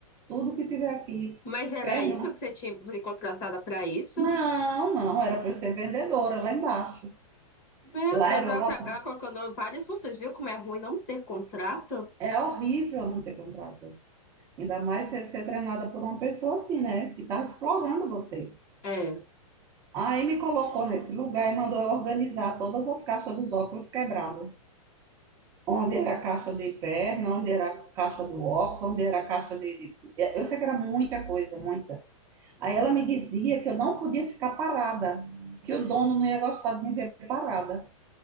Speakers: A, on the right (about 15°); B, on the left (about 25°).
A: tudo que tiver aqui.
B: Mas era
A: Perna.
B: isso que você tinha foi contratada para isso?
A: Não, não, era para eu ser vendedora lá embaixo.
B: Meu
A: Lá
B: Deus,
A: era
B: ela,
A: o lab...
B: se- ela colocando várias funções, viu como é ruim não ter contrato?
A: É horrível não ter contrato. Ainda mais ser, ser treinada por uma pessoa assim, né? Que tá explorando você.
B: É.
A: Aí me colocou nesse lugar e mandou eu organizar todas as caixas dos óculos quebrados. Onde era a caixa de perna, onde era a caixa do óculos, onde era a caixa de. de- Eu sei que era muita coisa, muita. Aí ela me dizia que eu não podia ficar parada, que o dono não ia gostar de me ver parada.